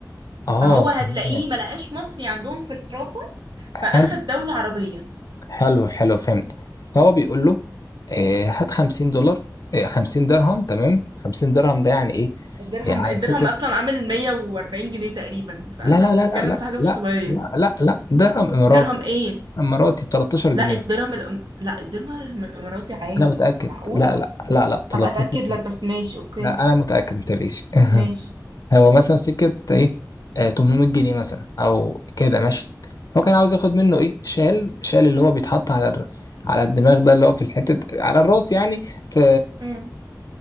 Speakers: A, on the left (about 55°); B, on the right (about 80°).
A: اه
B: فهو هتلاقيه
A: تمام.
B: ما لقاش مصري عندهم في الصرافة فاخد
A: حلو
B: دولة عربية
A: حلو حلو فهمت فهو بيقول له آه، هات 50 دولار آه، 50 درهم تمام 50 درهم ده يعني ايه
B: الدرهم
A: يعني
B: الدرهم
A: ستة
B: اصلا عامل 140 جنيه تقريبا فاحنا
A: لا لا
B: بنتكلم
A: لا لا لا
B: في حاجة مش
A: لا
B: طبيعية
A: لا لا لا درهم اماراتي
B: درهم ايه
A: اماراتي ب 13 جنيه
B: لا الدرهم الأم... لا الدرهم الاماراتي عالي
A: انا متأكد
B: معقول
A: لا لا لا لا 13
B: هبقى اتاكد
A: جنيه
B: لك بس ماشي اوكي
A: لا انا متأكد ما تقلقيش
B: ماشي
A: <laughs> هو مثلا سكة ايه آه 800 جنيه مثلا او كده ماشي فهو كان عاوز ياخد منه ايه شال شال اللي هو بيتحط على ال... على الدماغ ده اللي هو في الحتة على الراس يعني ف
B: امم